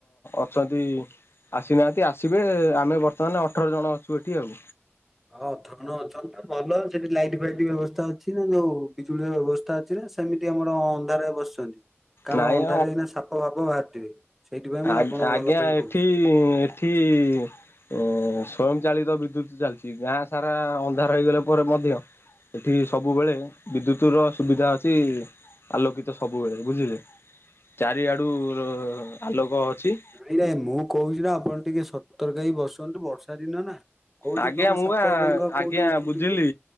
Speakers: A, on the left (about 55°); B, in the centre.
A: ଅଛନ୍ତି ଆସିନାହାନ୍ତି ଆସି ଥିବେ ଆମେ ବର୍ତ୍ତମାନ ଅଠର ଜଣ ଅଛୁ ଏଠି ଆଉ।
B: ଅଧ ଖଣ୍ଡେ ଅଛନ୍ତି ତ ଭଲ, ସେଠି ଲାଇଟ୍ ଫାଇଟ୍ ବ୍ୟବସ୍ଥା ଅଛି ନା? ଯୋଉ ବିଜୁଳିର ବ୍ୟବସ୍ଥା ଅ ଛି ନା ସେମିତି ଆମର ଅନ୍ଧାରରେ ବସିଛନ୍ତି, କାରଣ
A: ନାଇଁ
B: ଅନ୍ଧାର ଏଇନା ସାପ ଫାପ ବାହାରିଥିବେ। ସେଇଥିପାଇଁ ମୁଁ
A: ଆଇ,
B: ଆପଣଙ୍କ
A: ଆଜ୍ଞା
B: ଭଲ ପାଇଁ
A: ଏଠି
B: କହୁଛି।
A: ଏଠି ଅ, ସ୍ଵୟଂ ଚାଳିତ ବିଦ୍ୟୁତ ଚାଲିଛି, ଗାଁ ସାରା ଅନ୍ଧାର ହୋଇଗଲେ ପରେ ମଧ୍ୟ ସେଠି ସବୁବେଳେ ବିଦ୍ୟୁତ ର ସୁବିଧା ଅଛି। ଆଲୋକିତ ସବୁବେଳେ, ବୁଝିଲେ ଚାରିଆଡୁ ର -ହ-ଆଲୋକ ଅଛି।
B: ନାଇଁ ନାଇ ମୁଁ କହୁଛି ନା ଆପଣ ଟିକେ ସତର୍କ ହେଇ ବସନ୍ତୁ ବର୍ଷା ଦିନ ନା। କୋଉଠି
A: ଆଜ୍ଞା
B: କଣ
A: ମୁଁ
B: ସାପ
A: ବା
B: ବେଙ୍ଗ କୋଉଠି
A: ଆଜ୍ଞା
B: ଉଠୁଥିବେ
A: ବୁଝିଲି।